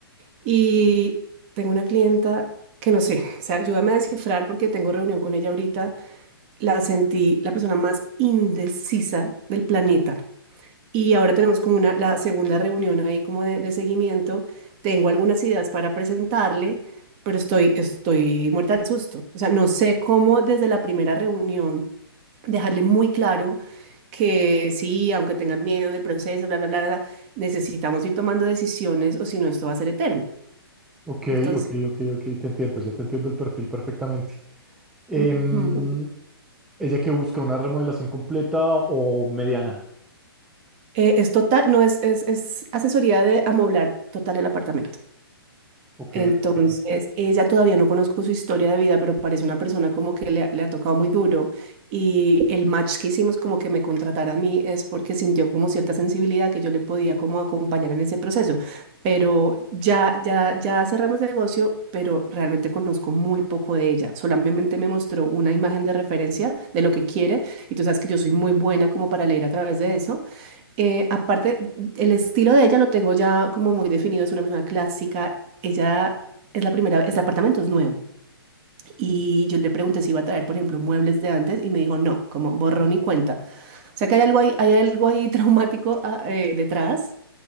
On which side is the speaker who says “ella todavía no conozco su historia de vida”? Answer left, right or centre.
Right